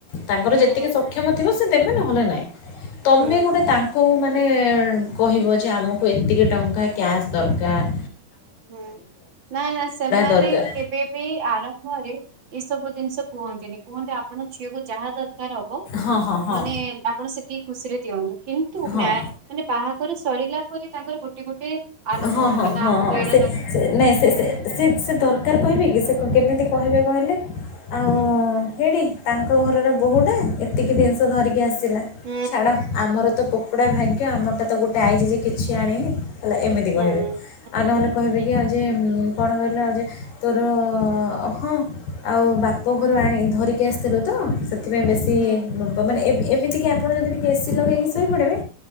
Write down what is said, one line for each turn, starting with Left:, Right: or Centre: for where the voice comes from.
Left: ତାଙ୍କର ଯେତିକି
Right: ହୁଁ
Left: ସକ୍ଷମ ଥିବ ସେ ଦେବେ ନହେଲେ ନାଇଁ। ତମେ
Right: ହୁଁ ହୁଁ ହୁଁ
Left: ଗୋଟେ ତାଙ୍କ କେଉ ମାନେ କହିବ ଯେ ଆମକୁ ଏତିକି ଟଙ୍କା କ୍ୟାସ୍ ଦରକାର୍।
Right: ହୁଁ ନା ନା ସେମାନେ
Left: ଦରକାର
Right: କେବେ ବି ଆରମ୍ଭରେ ଏସବୁ ଜିନିଷ କୁହନ୍ତିନି କୁହନ୍ତି ମାନେ ଝିଅକୁ ଯାହା ତ ତାର ହବ
Left: ହଁ ହଁ ହଁ
Right: ମାନେ ଆପଣ ସେତିକି ଖୁସିରେ ଦିଅନ୍ତୁ। କିନ୍ତୁ
Left: ହଁ
Right: ମ୍ୟା ମାନେ ବାହାଘର ସରିଲା ପରେ ତାଙ୍କର ଗୋଟେ ଗୋଟେ ଆରମ୍ଭ
Left: ହଁ ହଁ
Right: ହୁଏ ନା
Left: ହଁ
Right: ଆମକୁ
Left: ହଁ
Right: ଏଡା
Left: ସେ ନାଇଁ ସେ ସେ ସେ ଦରକାର କହିବେ କି ସେ କେମିତି କହିବେ କହିଲେ ଆଉ
Right: ହୁଁ
Left: ହେଡ଼ି ତାଙ୍କ ଘରର ବୋହୁଟା ଏତିକି ଜିନିଷ ଧରିକି ଆସି ଥିଲା
Right: ହୁଁ
Left: ଛାଡ଼ ଆମର ପୋକୋଡ଼ା ଭାଗ୍ୟ ଆମରଟା ତ ଗୋଟେ ଆଇଛି ଯେ କିଛି ଆଣିନି। ହେଲା ଏମିତି
Right: ହୁଁ
Left: କହିବେ ଆଉ ନହେଲେ କହିବେ
Right: ଠିକ
Left: କି ଆଉ ଯେ କଣ କହିଲେ ଆଉ ଯେ ତୋର ହଁ ଆଉ ବାପ ଘରୁ ଆଣି ଧରିକି ଆସିଥିଲୁ ତ ସେ ସେଥିପାଇଁ ବେଶୀ
Right: ହୁଁ
Left: ବ ବ ମାନେ ଏମିତିକି ଆପଣ ଯଦି ଟିକେ ଏସି ଲଗେଇକି ସୋ ଶୋଇପଡ଼ିବେ